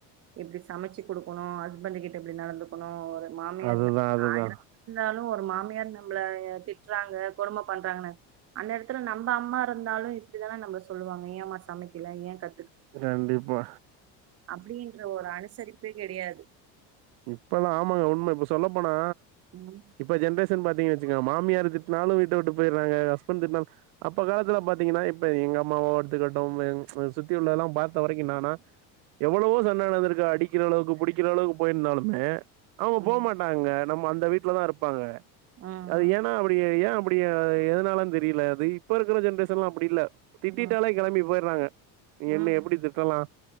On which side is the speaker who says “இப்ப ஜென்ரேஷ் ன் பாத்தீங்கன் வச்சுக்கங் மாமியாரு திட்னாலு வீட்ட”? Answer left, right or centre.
Right